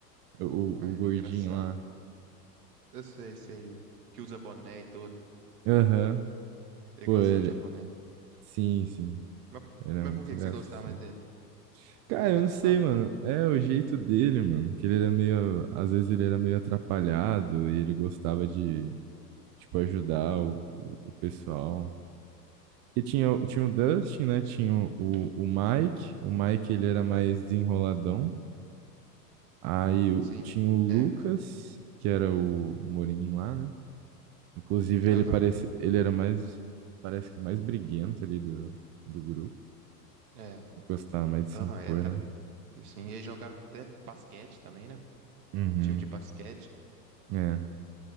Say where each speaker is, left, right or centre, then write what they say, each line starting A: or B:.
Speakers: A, on the right; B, on the right.
A: O,
B: Ah,
A: o, o
B: ele
A: gordinho
B: é engraçado.
A: lá.
B: Eu sei, sei, o que usa boné e tudo.
A: Aham.
B: Ele
A: Pô,
B: gosta
A: ele.
B: de usar boné.
A: Sim, sim.
B: Mas,
A: Era
B: mas
A: muito
B: por que
A: engraçado.
B: que você gostava mais dele?
A: Cara,
B: Porque ele é
A: eu
B: engraçado?
A: não sei, mano. É o jeito dele, mano. Que ele era meio. Às vezes ele era meio atrapalhado e ele gostava de, tipo, ajudar o, o, o pessoal. Porque tinha, o- tinha o Dustin, né? Tinha o, o, o Mike. O Mike, ele era mais desenroladão. Aí o-
B: Sim,
A: tinha o Lucas,
B: é.
A: que era o, o Moreninho lá, né? Inclusive,
B: Aham,
A: ele parece, ele era mais, parece que mais briguento ali do, do grupo.
B: é.
A: Gostava mais de
B: Aham,
A: se impor,
B: é até,
A: né?
B: assim, ele jogava até basquete também, né?
A: Uhum.
B: Time de basquete.
A: É.